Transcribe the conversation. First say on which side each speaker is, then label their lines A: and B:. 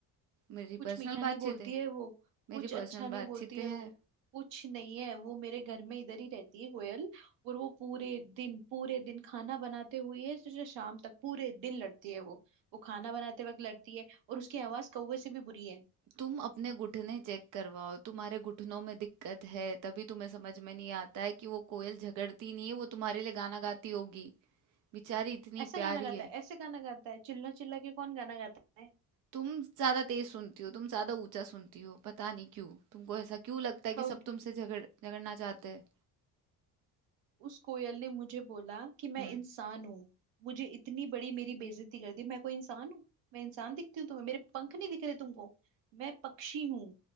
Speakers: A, on the right; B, on the right.
A: मेरी
B: कुछ
A: पर्सनल
B: मीठा
A: बातचीत
B: नहीं बोलती
A: है
B: है वो
A: मेरी
B: कुछ अच्छा
A: पर्सनल
B: नहीं
A: बातचीत
B: बोलती है वो
A: है
B: कुछ नहीं है वो मेरे घर में इधर ही रहती है कोयल और वो पूरे दिन पूरे दिन खाना बनाते हुए से शाम तक पूरे दिन लड़ती है वो वो खाना बनाते वक्त लड़ती है और उसकी आवाज कौवे से भी बुरी है
A: तुम अपने घुटने चेक करवाओ तुम्हारे घुटनों में दिक्कत है तभी तुम्हें समझ में नहीं आता है कि वो कोयल झगड़ती नहीं है वो तुम्हारे लिए गाना गाती होगी बेचारी इतनी
B: ऐसा
A: प्यारी
B: गाना गाता
A: है
B: है ऐसे गाना गाता है चिल्ला चिल्ला के कौन गाना गाता है
A: तुम ज्यादा तेज सुनती हो तुम ज्यादा ऊंचा सुनती हो पता नहीं क्यों तुमको ऐसा क्यों लगता है
B: कौ
A: कि सब तुमसे झगड़ झगड़ना चाहते हैं
B: उस कोयल ने मुझे बोला कि मैं
A: हम्म
B: इंसान हूँ मुझे इतनी बड़ी मेरी बेइज्जती कर दी मैं कोई इंसान हूँ मैं इंसान दिखती हूँ तुम्हें मेरे पंख नहीं दिख रहे तुमको मैं पक्षी हूँ